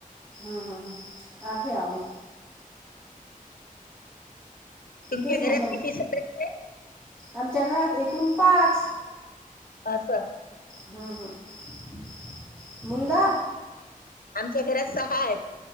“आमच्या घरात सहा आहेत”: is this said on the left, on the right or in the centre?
Left